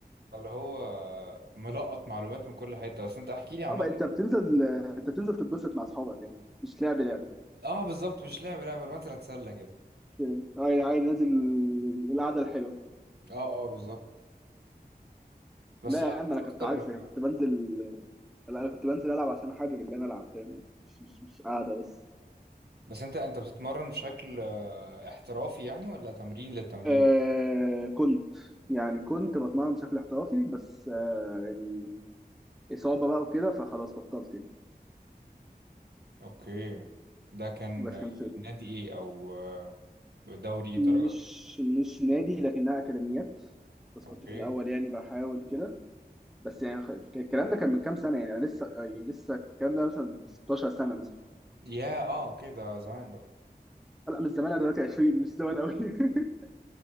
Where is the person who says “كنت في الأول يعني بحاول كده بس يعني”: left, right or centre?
Centre